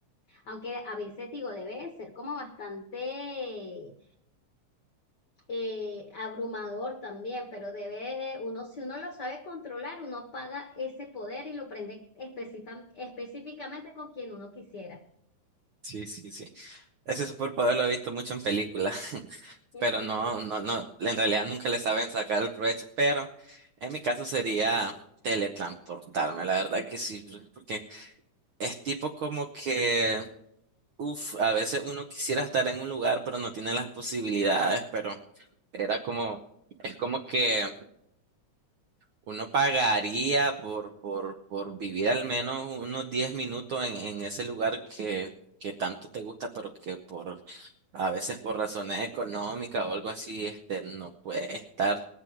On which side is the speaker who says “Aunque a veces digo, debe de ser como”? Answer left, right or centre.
Left